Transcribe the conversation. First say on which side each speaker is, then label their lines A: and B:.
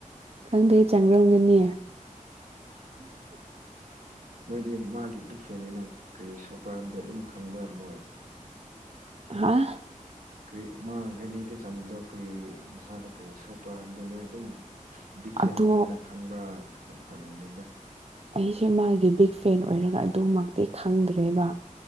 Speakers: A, on the right; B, on the right.
A: ꯈꯪꯗꯦ ꯆꯪꯔꯝꯒꯅꯤ
B: ꯅꯣꯏꯗꯤ ꯃꯥꯒꯤ ꯕꯤꯛ ꯐꯦꯟꯅꯤꯅ ꯀꯔꯤ ꯁꯣꯛꯄ꯭ꯔ ꯍꯥꯏꯕꯗꯣ ꯑꯗꯨꯝ ꯈꯪꯕ꯭ꯔ ꯃꯣꯏ
A: ꯍꯥꯥ
B: ꯀ꯬ꯔꯤ ꯃꯥ ꯒꯥꯏꯅꯤꯗ ꯆꯪꯕꯗꯣ ꯀꯔꯤ ꯃꯁꯥꯗ ꯀꯔꯤ ꯁꯣꯛꯄ꯭ꯔ ꯍꯥꯏꯕꯗꯣ ꯅꯣꯏ ꯑꯗꯨꯝ ꯕꯤꯛ ꯐꯦꯟ
A: ꯑꯗꯣ
B: ꯑꯣꯏꯕꯅꯤꯅ ꯈꯪꯕ꯭ꯔ ꯍꯪꯕꯅꯤꯗ
A: ꯑꯩꯁꯦ ꯃꯥꯒꯤ ꯕꯤꯛ ꯐꯦꯟ ꯑꯣꯏꯔꯒ ꯑꯗꯨꯃꯛꯇꯤ ꯈꯪꯗ꯭ꯔꯦꯕ